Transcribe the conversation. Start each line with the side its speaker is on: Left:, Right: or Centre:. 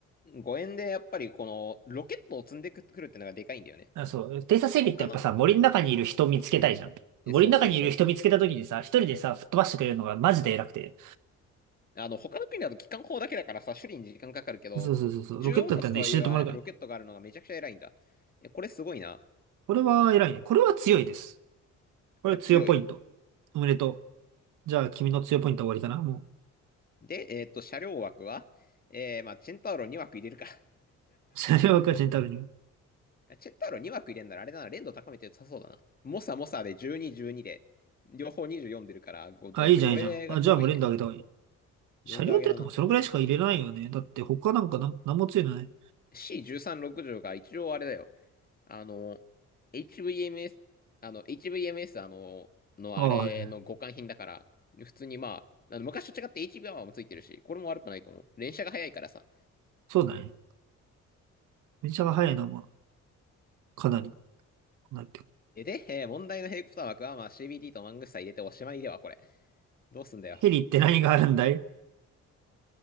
Left: 5円でやっぱりこのロケットを積んでくるってのがでかいんだよね。
Right: あ、そう。偵察ヘリってやっぱさ、
Left: 他の、
Right: 森の中にいる人見つけたいじゃん。森の中にいる人見つけた時にさ、
Left: え、そうそうそう。
Right: 一人でさ、吹っ飛ばしてくれるのがマジで偉くて。
Left: あの、他の国だと機関砲だけだからさ、処理に時間かかるけど、
Right: そうそうそうそう。
Left: 14発とはいえロケットがあるのがめちゃくちゃ偉いんだ。
Right: ロケットだったらね、一瞬で止まるからね。
Left: え、これすごいな。
Right: これは偉いね。これは強いです。これは強ポイント。
Left: これ強い。
Right: おめでとう。じゃあ、君の強いポイントは終わりかなも
Left: で、えっと、車両枠は、えー、まあ、チェンタウロ2枠入れるか。
Right: う。<laughs> 車両赤字にたるに。
Left: <laughs> チェンタウロ2枠入れんならあれだな、連動高めて良さそうだな。モサモサで12、12で、両方24出るから50円で、
Right: あ、いいじゃん、
Left: これがちょうどいいね。
Right: いいじゃん。あ、じゃあもう連打あげた方がいい。車両ってとかそのぐらいしか入れないよね。
Left: 連動上げだな。
Right: だって他なんかなん、なんも強いのない。
Left: C1360 が一応あれだよ。あの、HVMS、あの、HVMS、あの、のあれの互換品だから、
Right: ああ、はい。
Left: 普通にまあ、あの昔と違って h v ーもついてるし、これも悪くないと思う。連射が早いからさ。
Right: そうだね。電車が速いなまあ、かなり。なんだっけ
Left: えで、えー問題のヘイクプター枠はまあ CBT とマングスタ入れておしまいでは、これ。どうすんだよ。
Right: ヘリって何があるんだい